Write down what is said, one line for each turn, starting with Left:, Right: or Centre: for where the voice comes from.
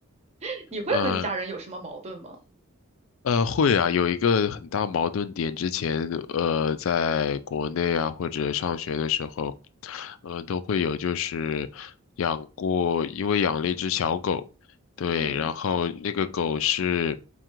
Right: <laughs> 你会和你家人有什么矛盾吗？
Left: 嗯。呃，会啊，有一个很大矛盾点。之前，呃，在国内啊，或者上学的时候，呃，都会有，就是养过，因为养了一只小狗，对，
Right: 嗯
Left: 然后那个狗是，